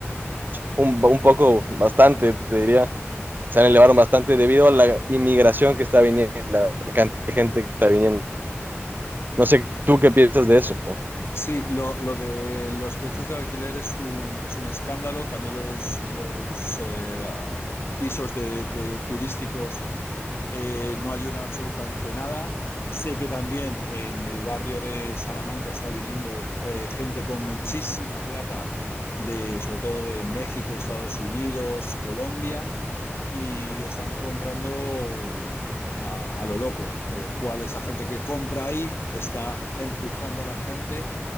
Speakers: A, on the right; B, on the left.
A: un, un poco, bastante, te diría. Se han elevado bastante debido a la inmigración que está viniendo, la cantidad de gente que está viniendo. No sé tú qué piensas de eso.
B: Sí, lo, lo de los precios del alquiler es un, es un escándalo. También los, los eh, pisos de, de turísticos eh, no ayudan absolutamente nada. Sé que también en el barrio de Salamanca está viniendo eh, gente con muchísima plata, de, sobre todo de México, Estados Unidos, Colombia, y están comprando a, a lo loco, con lo cual esa gente que compra ahí está empujando a la gente